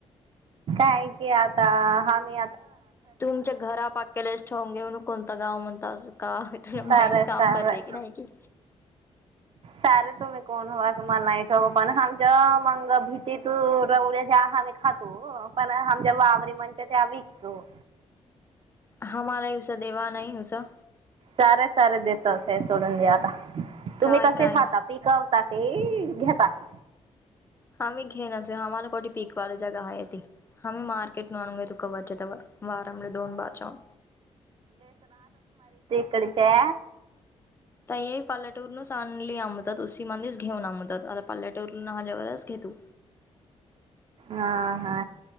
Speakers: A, on the right; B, on the left.
A: हाय की आता हामी
B: तुमच्या घरा पाक्यालाच ठेवून घेऊन कोणतां गाव म्हण रिकामा ऑडिओ <inaudible> का तुला
A: तर
B: माइंड
A: सार
B: काम करते की नाही कि
A: सारे तुम्ही कोण हो मला नाय ठव पण हमच्या मंग भीती तू रवळ्या ज्या आम्ही खातो पण हम जे वावरे म्हणच्या त्या विकतो.
B: हम्हाला उसा देवा नाही उसा
A: सारे सारे देेतत ते सोडून दे आता तुम्ही
B: काय
A: कसे
B: काय
A: खाता? पिकवता ते घेत आहे.
B: आम्ही घेन असे आम्हाला कोठी पिकवाला जगा आहे ती. हम्म मार्केट म आणू घेतो कवच्या त्यावर बारामध्ये दोन बार जाऊन
A: कडीच्या
B: ताई पाल्याटोरूनच आणली अमदत उसी माधीच घेऊन अमदत आता पाल्याटोवरून आल्यावरच घेतू.
A: हा-हा